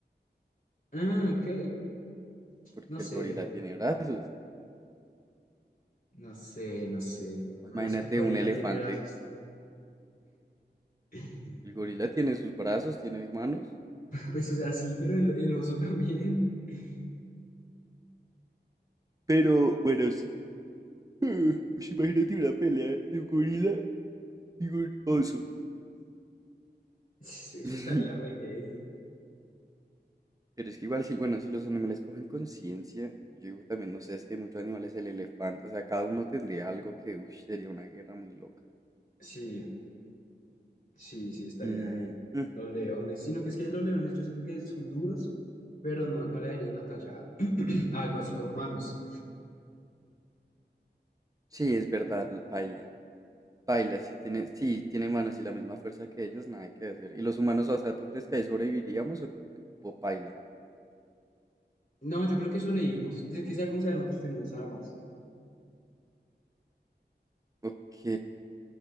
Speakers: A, on the left; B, on the right.
A: Ah, ok.
B: porque
A: No
B: el
A: sé,
B: gorila tiene brazos.
A: no sé, no sé. ¿Cómo
B: Imagínate
A: así que el gorila
B: un elefante.
A: tiene brazos? <laughs>
B: El gorila tiene sus brazos, tiene manos.
A: Pues, o sea, sí, pero el, el oso también. <laughs>
B: Pero bueno, sí. <laughs> Ush, imagínate una pelea de un gorila y un oso.
A: Eso
B: <laughs>
A: estaría re heavy.
B: Pero es que igual, si, bueno, si los animales cogen conciencia, yo digo también, no sé, es que hay muchos animales, el elefante, o sea, cada uno tendría algo que, uff, sería una guerra muy loca.
A: Sí, sí, sí, estaría
B: Mm,
A: heavy.
B: mm,
A: Los leones. Sino que es que los leones yo siento que son duros, pero no, no le darían la talla <clears throat> a algo así con manos.
B: sí, es verdad, paila. Paila, sí tiene, sí, tiene manos y la misma fuerza que ellos, nada que hacer. ¿Y los humanos, o sea, tú crees que ahí sobreviviríamos o, o paila?
A: No, yo creo que sobrevivimos. Es que sea como sea, nosotros tenemos armas.
B: Ok.